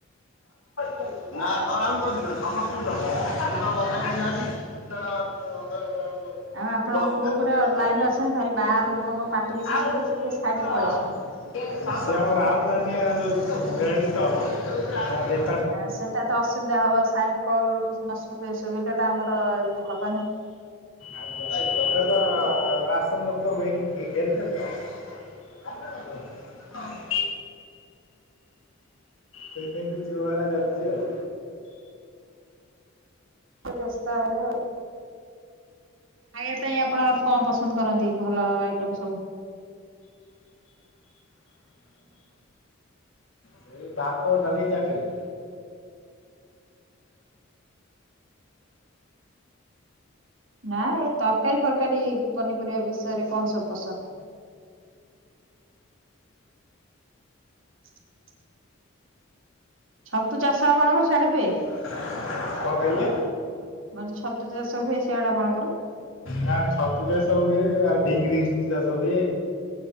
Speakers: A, on the left; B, on the right.
A: <unintelligible>
B: ଆଉ ଆପଣ କୋଉ ପଟେ ଲାଇନ ରେ ଅଛନ୍ତି ଭାରି ବାହାର ଲୋକଙ୍କ ପାଟି ବେଶୀ ଶୁଭୁଛି ଟିକେ ସାଇଡ ପଳେଇ ଆସନ୍ତୁ।
A: <unintelligible> <unintelligible> ସେ ଆମ ରାହୁଲୁ ମାନିଆ ଲେଡିସି ହବ <unintelligible>
B: ନା ସେଟା ତ ଅସୁବିଧା ହବ ସାଇଡ କଲ୍ <unintelligible> ସୁବିଲେ ଆମର ଇଏ ହବନି।
A: ଆଜ୍ଞା ଏଠି ତ ରାସନ ଲୋକ ଘେରି ଘେରିଛନ୍ତି ତ। <unintelligible> ସେଇଥିପାଇକିଁ ଯିଓ ବାଲା ଚାଲିଛି ଆଉ।
B: ବେସ୍ତ ହେବେ ଆଉ। ଖାଇବା ପାଇଁ ଆପଣ ଆହୁରି କଣ ପସନ୍ଦ କରନ୍ତି ଭଲ ଆଇଟମ୍ ସବୁ?
A: ସେଇ ଭାତ ଡାଲି ଚାଟିନି।
B: ନା ଏଇ ତରକାରୀ ଫରକାରୀ ପନିପରିବା ବିଷୟରେ କଣ ସବୁ ପସନ୍ଦ? <inaudible> ଛତୁ ଚାଷ ଆପଣଙ୍କର ସିଆଡ଼େ ହୁଏ?
A: କଣ କହିଲେ?
B: ମୁଁ କହିଲି ଛତୁ ଚାଷ ହୁଏ ସେଇଆଡ଼େ ଆପଣଙ୍କର?
A: ନା ଛତୁ ଚାଷ ହୁଏ ଆଉ ଢିଙ୍ଗିରି ଛତୁ ଚାଷ ହୁଏ।